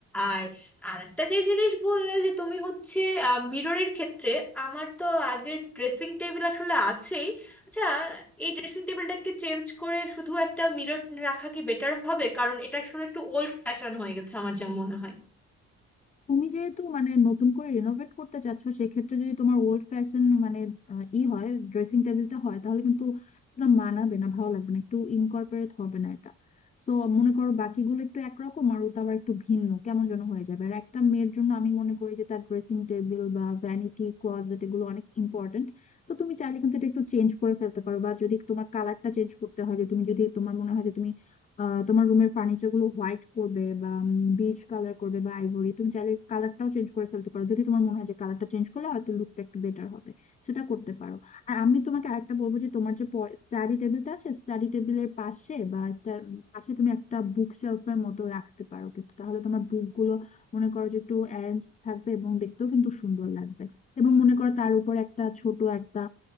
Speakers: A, in the centre; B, on the left.
A: আর আর একটা যে জিনিস বললে যে তুমি হচ্ছে মিররের ক্ষেত্রে আমার তো আগের ড্রেসিং টেবিল আসলে আছেই আচ্ছা এই ড্রেসিং টেবিলটাকে চেঞ্জ করে শুধু একটা মিরর রাখা কি বেটার হবে কারণ এটা আসলে একটু ওল্ড ফ্যাশন হয়ে গেছে আমার যা মনে হয়
B: তুমি যেহেতু মানে নতুন করে রিনোভেট করতে চাচ্ছ সেক্ষেত্রে যদি তোমার ওল্ড ফ্যাশন মানে আহ, ই হয় ড্রেসিং টেবিলটা হয় তাহলে কিন্তু তোমরা মানাবে না ভালো লাগবে না একটু ইনকর্পোরেট হবে না এটা সো মনে করো বাকিগুলো একটু একরকম আর ওটা আবার একটু ভিন্ন কেমন যেন হয়ে যাবে আর একটা মেয়ের জন্য আমি মনে করি যে তার ড্রেসিং টেবিল বা ভ্যানিটি ক্লোজেট এগুলো অনেক ইম্পর্টেন্ট সো তুমি চাইলে কিন্তু এটা একটু চেঞ্জ করে ফেলতে পারো বা যদি তোমার কালারটা চেঞ্জ করতে হয় যে তুমি যদি তোমার মনে হয় যে তুমি আহ, তোমার রুমের ফার্নিচার গুলো হোয়াইট করবে বা বেজ কালার করবে বা আইভরি তুমি চাইলে কালারটাও চেঞ্জ করে ফেলতে পারো যদি তোমার মনে হয় যে কালারটা চেঞ্জ করলে হয়তো লুকটা একটু বেটার হবে সেটা করতে পারো আর আমি তোমাকে আরেকটা বলবো যে তোমার যে স্টাডি টেবিলটা আছে স্টাডি টেবিলের পাশে বা sta- পাশে তুমি একটা বুক শেলফের মতো রাখতে পারো কিন্তু তাহলে তোমার বুক গুলো মনে করো যে একটু অ্যারেঞ্জ থাকবে এবং দেখতেও কিন্তু সুন্দর লাগবে এবং মনে করো তার উপর একটা ছোট একটা